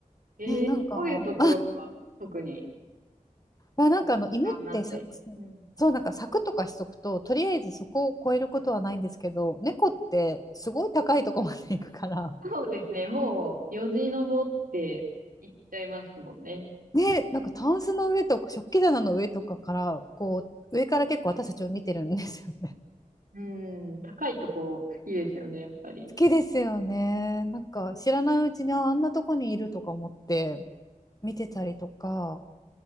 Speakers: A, on the right (about 85°); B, on the left (about 25°).
A: ええどういうところが
B: ね、なんか
A: 特に
B: まあ、なんかあの犬ってさ
A: 違うなって。うん。
B: そうなんか柵とかしとくととりあえずそこを越えることはないんですけど猫ってすごい高いとこまで行くから
A: そうですね。もう、よじ登って行っちゃいますもんね。
B: ねなんかタンスの上とか食器棚の上とかからこう上から結構私たちを見てるんですよ <laughs>
A: うん。高いとこ好きですよね、やっぱり。
B: 好きですよねなんか知らないうちにああんなとこにいるとか思って見てたりとか